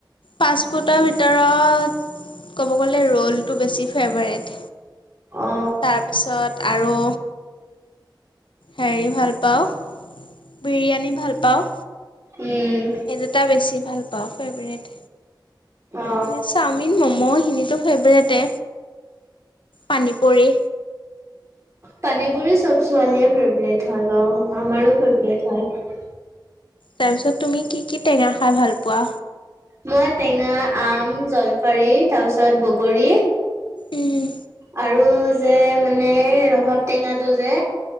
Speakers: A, on the left; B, on the right.
A: পাষ্ট ফুটৰ ভিতৰত, ক'ব গ'লে ৰোলটো বেছি ফেভৰেট।
B: অ
A: তাৰপিছত আৰু হেৰি ভাল পাওঁ, বিৰিয়ানী ভাল পাওঁ।
B: উম
A: এই দুটা বেছি। ভাল পাওঁ ফেভৰেট।
B: অ
A: এনে চাওমিন, মম' <unintelligible> টো ফেবৰেত টে। পানীপুৰি।
B: পানীপুৰি চব ছোৱালীয়ে ফেভৰেট হয় বাউ। আমাৰো ফেভৰেত হয়।
A: তাৰপিছত তুমি কি কি টেঙা খাই ভাল পোৱা?
B: মই টেঙা আম, জল পাৰী তাৰপিছত বগৰী
A: উম।
B: আৰু যে মানে ৰভাব টেঙাটো যে।